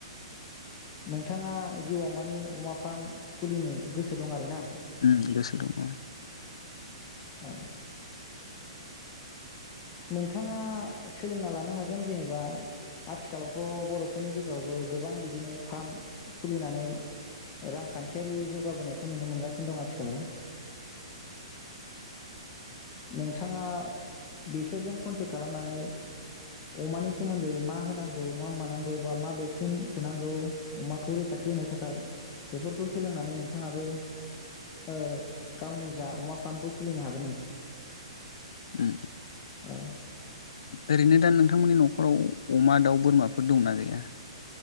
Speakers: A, on the left; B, on the left.
A: नोंथाङा जिउआव माने अमा फार्म खुलिनो गोसो दं आरो ना।
B: ओम गोसो दङ।
A: औ। नोंथाङा सोलोंना लानो हागोन जेनेबा आथिखालावथ' बर'फोरनि गेजेरावबो गोबां बिदिनो फार्म खुलिनानै रांखान्थियारि जौगाबोनायखौ नुनो मोनगासिनो दं आथिखालाव। नोंथाङा बिसोरजों कन्टेक्ट खालामनानै अमानि सोमोन्दै मा होनांगौ मा मानांगौ बा मा भेक्सिन थुनांगौ अमाखौ रैखाथि होनो थाखाय बेफोरखौ सोलोंनानै नोंथाङाबो ओ गावनि जा अमा फार्मखौ खुलिनो हागोन नों।
B: उम।
A: औ।
B: ओरैनो दा नोंथांमोननि न'खराव अमा दाउ बोरमाफोर दंना गैया।